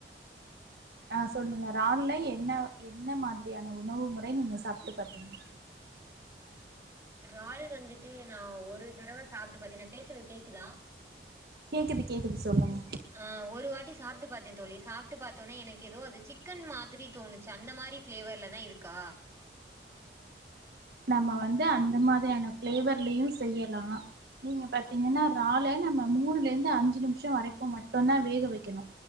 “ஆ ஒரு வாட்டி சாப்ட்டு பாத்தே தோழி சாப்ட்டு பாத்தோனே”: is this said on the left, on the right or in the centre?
Right